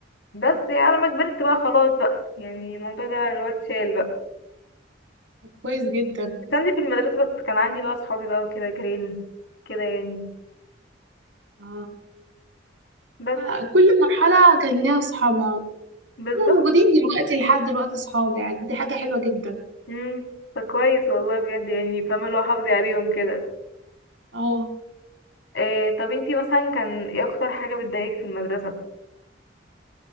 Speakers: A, on the left; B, on the right.
A: بس يعني لما كبرت بقى خلاص بقى يعني الموضوع ده اللي هو اتشال بقى
B: طب كويس جدا
A: كنت عندي في المدرسة بس كان عندي بقى اصحابي بقى وكده جيراني كده يعني
B: اه
A: بس
B: آه، كل مرحلة كان ليها أصحابها
A: بالظبط
B: هما موجودين دلوقتي لحد دلوقتي أصحابي يعني دي حاجة حلوة جدا
A: امم فكويس والله بجد يعني فاهمة اللي هو حافظي عليهم كده
B: اه
A: إيه طب انتي مثلا كان ايه اكتر حاجة بتضايقك في المدرسة